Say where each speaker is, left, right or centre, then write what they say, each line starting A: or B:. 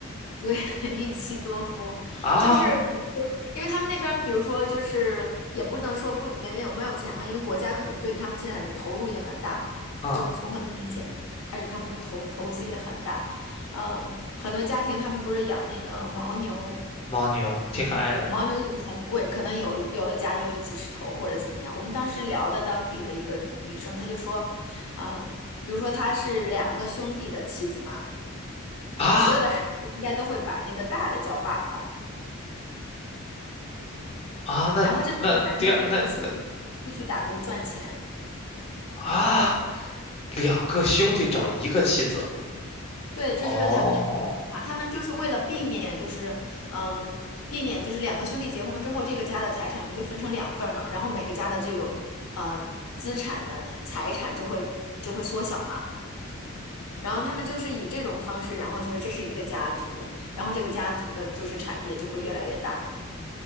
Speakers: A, on the left (about 80°); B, on the left (about 25°).
A: 对，<laughs> 一妻多夫，
B: 啊，
A: 就是比如说，因为他们那边，比如说，就是也不能说不没有没有钱嘛，因为国家可能对他们现在的投入也很大嘛，
B: 啊，
A: 就从很多年前开始，他们的投投资也很大，嗯，很多家庭他们不是养那个牦牛，
B: 牦牛挺可爱的
A: 牦牛也很贵，可能有有的家就有几十头或者怎么样。我们当时聊的当地的一个女生，她就说，嗯，比如说她是两个兄弟的妻子嘛，
B: 啊
A: 所有的孩子应该都会把那个大的叫爸爸。
B: 啊，那那第二那
A: 然后这两个男的都会出去出去打工赚钱。
B: 啊，两个兄弟找一个妻子，
A: 对，这就是他们那边的文化，
B: 哦，
A: 他们就是为了避免，就是嗯，避免就是两个兄弟结婚之后，这个家的财产不就分成两份儿了，然后每个家的这种呃资产的财产就会就会缩小嘛。然后他们就是以这种方式，然后觉得这是一个家族，然后这个家族的就是产业就会越来越大。